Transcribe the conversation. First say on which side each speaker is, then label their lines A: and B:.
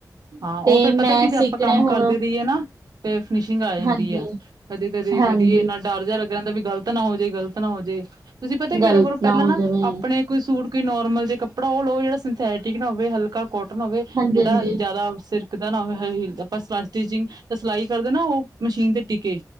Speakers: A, on the right; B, on the right.
A: ਹਾਂ, ਉਹ
B: ਤੇ
A: ਫੇਰ
B: ਮੈਂ
A: ਪਤਾ ਕਿ, ਜੇ
B: ਸਿੱਖਣਾ
A: ਆਪਾਂ ਕੰਮ
B: ਹੁਣ
A: ਕਰਦੇ ਰਹੀਏ ਨਾ ਤੇ, ਫਿਨਿਸ਼ਿੰਗ ਆ ਜਾਂਦੀ
B: ਹਾਂਜੀ,
A: ਹੈ ਕਦੇ- ਕਦੇ
B: ਹਾਂਜੀ
A: ਕਰੀਏ ਇੰਨਾ ਡਰ ਜਿਹਾ ਲੱਗ ਰਹਿੰਦਾ, ਵੀ ਗ਼ਲਤ ਨਾ ਹੋ ਜਾਏ ਗ਼ਲਤ ਨਾ ਹੋ ਜੇ ਤੁਸੀਂ ਪਤਾ, ਕਿਵੇ
B: ਗ਼ਲਤ
A: ਕਰਿਆ ਕਰੋ ਪਹਿਲਾਂ
B: ਹੋ
A: ਨਾ
B: ਜਾਵੇ
A: ਆਪਣੇ ਕੋਈ ਸੂਟ, ਕੋਈ ਨੋਰਮਲ ਜੇ ਕੱਪੜਾ ਲਓ, ਜਿਹੜਾ ਸੰਥੈਟਿਕ ਨਾ ਹੋਵੇ ਹਲਕਾ ਕੋਟਨ ਹੋਵੇ,
B: ਹਾਂਜੀ-ਹਾਂਜੀ।
A: ਜਿਹੜਾ ਜ਼ਿਆਦਾ ਸਿਰ ਤਿਲਕਦਾ ਨਾ ਹੋਵੇ, ਬਸ ਆਂਟੀ ਜੀ ਸਿਲਾਈ ਕਰਦੇ ਨਾ, ਉਹ ਮਸ਼ੀਨ ਤੇ ਟਕੇ